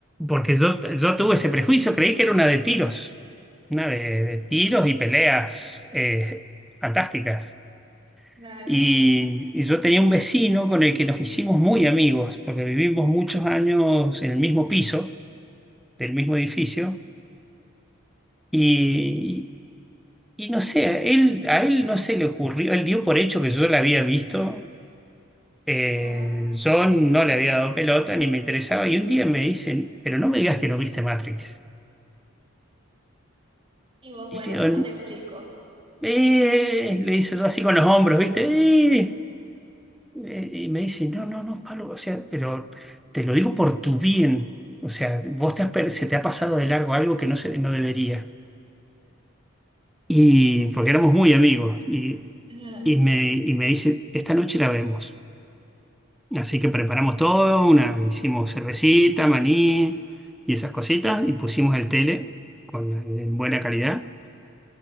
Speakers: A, in the centre; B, on the right (about 25°).
A: porque yo, yo tuve ese prejuicio, creí que era una de tiros, una de, de tiros y peleas eh, fantásticas.
B: claro.
A: Y, y yo tenía un vecino con el que nos hicimos muy amigos, porque vivimos muchos años en el mismo piso, del mismo edificio, y, y no sé, a él, a él no se le ocurrió, él dio por hecho que yo la había visto Eh,
B: Ajá.
A: yo no le había dado pelota ni me interesaba y un día me dicen, pero no me digas que no viste Matrix.
B: Y vos, bueno,
A: Y digo,
B: ¿cómo te explico?
A: eh", le hice yo
B: Ah,
A: así con los hombros, ¿viste? "Eh". Eh, y me dice, no, no, no, Pablo, o sea, pero te lo digo por tu bien. O sea, vos te has per- se te ha pasado de largo algo que no, se, no debería. Y porque éramos muy amigos. Y,
B: Ajá.
A: y, me, y me dice, esta noche la vemos. Así que preparamos todo, una, hicimos cervecita, maní y esas cositas, y pusimos el tele con, en buena calidad.